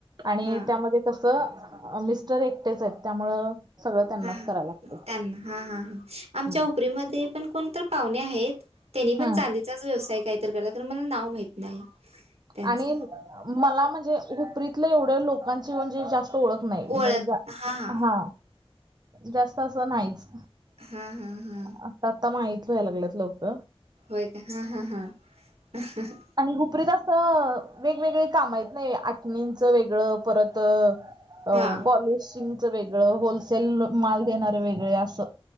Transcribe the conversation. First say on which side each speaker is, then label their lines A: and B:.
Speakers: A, on the right (about 45°); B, on the right (about 85°).
A: आणि
B: हा
A: त्यामध्ये कस मिस्टर एकटेच आहेत. त्यामुळं सगळं त्यांनाच
B: हा
A: करायला लागतंय
B: त्यांना हा हा हा आमच्या
A: हम्म
B: हुपरीमध्ये पण कोणतर पाहुणे आहेत त्यांनी पण
A: हम्म
B: चांदीचाच व्यवसाय काहीतर करत्यात खर मला नाव माहित नाही. त्यांच
A: आणि अ मला म्हणजे हुपरीतल्या एवढ्या लोकांची म्हणजे जास्त ओळख नाही
B: ओळख
A: मी जा
B: हा हा
A: जास्त अस नाहीच.
B: हा हा हा.
A: आता आत्ता माहित व्हाय लागल्यात लोक.
B: होय काय हा हा हा अ हो हो.
A: आणि हुपरीत असं वेगवेगळी काम आईत नाही आठणींचं वेगळं परत अ
B: हा
A: पॉलिशिंगच वेगळं होलसेल माल देणारे वेगळे असं.